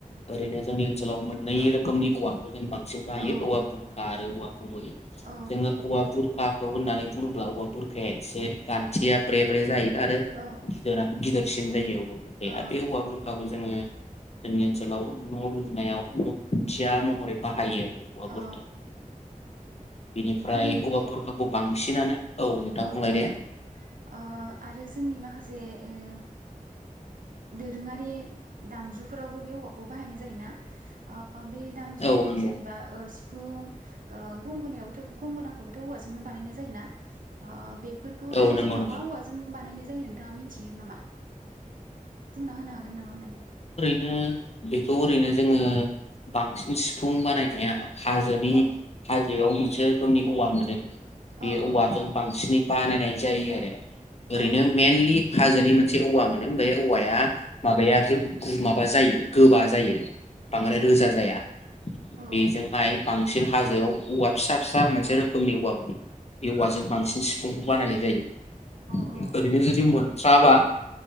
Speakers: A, on the left (about 50°); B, on the right (about 75°).
A: ओरैनो जोंनि ओनसो सोलाव मोननै रोखोमनि औवा जों बांसिन बाहायो
B: औ
A: औवा बुरखा आरो औवा गुबै
B: औ
A: जोङो हौवा बुरखा औ होन्नानै बुङोब्ला औवा बुरखाया एसे गान्थिया ब्रे ब्रे जायो आरो
B: औ
A: गिदिरानो गिदिर सिन जायो औवा बुरखाया
B: औ
A: बे औवा बुरखाखौ जों जोङो जोंनि ओनसोलाव न' लुनायाव <unintelligible> या महरै बाहायो औवा <unintelligible>
B: औ
A: बेनिफ्राय
B: आरो
A: औवा बुरखाखौ बांसिनानो नोंथां
B: औ
A: बुंलाय
B: औ
A: दे
B: ओ आरो जोंनि माखासे ओ दोरोङारि दामजुफोरावबो बे औवाखौ बाहायनाय जायोना ओ बे दामजु
A: औ नंगौ
B: जेनेबा ओ सिफुं ओ गंगोनायावबोथ' गंगोना खौबोथ' औवाजोंनो बानायनाय जायोना ओ बे फोरखौहाय
A: औ नंगौ
B: जोंहा
A: नंगौ
B: मा औवाजों बानायनाय जायो नों थाङा मिथियो नामा? बुंना होनो हागोन नामा माने?
A: नो बेखौ ओरैनो जोङो बांसिन सिफुं बानायनाया हाजोनि
B: औ
A: हा याव मोनसे रोखोमनि औवा मोनो बे
B: औ
A: औवाजों
B: औ
A: बांसिनै बानायनाय जायो आरो ओरैनो
B: औ
A: मेनलि हाजोनि मोनसे औवा मोनो ओमफ्राय औवाया माबाया गोब-गु माबा जायो गोबा जायो बांद्राय
B: औ
A: रोजा जाया
B: औ
A: बेजोंहाय बांसिन हाजोआव औवा फिसा फिसा मोनसे रोखोमनि औवा मोनो बे औवाजों बांसिन सिफुंखौ बानायनाय जायो
B: औ
A: नो जदि मोन थ्राबा